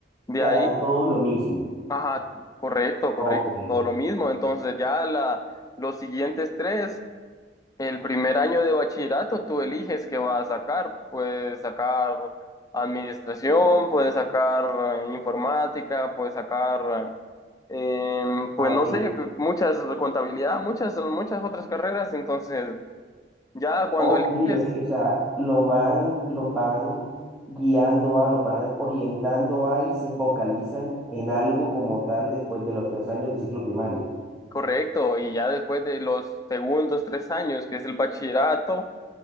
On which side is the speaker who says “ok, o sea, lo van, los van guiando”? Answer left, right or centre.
Centre